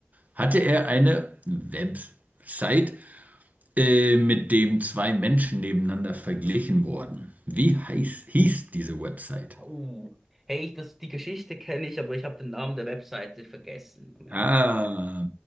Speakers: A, on the right (about 40°); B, in the centre.
A: hatte er eine Website, äh, mit dem zwei Menschen nebeneinander verglichen wurden. Wie heiß, hieß diese Website?
B: Uh. Hey, ich, das, die Geschichte kenne ich, aber ich habe den Namen der Webseite vergessen, um ehrlich
A: Ah,
B: zu sein.